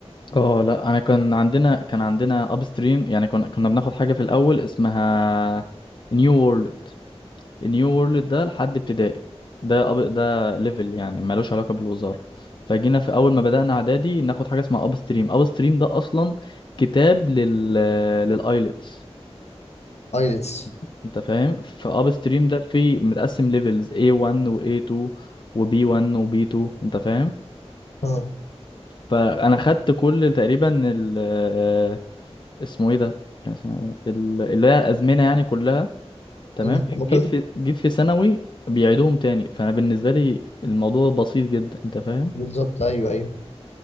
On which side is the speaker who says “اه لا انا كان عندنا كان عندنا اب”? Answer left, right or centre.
Left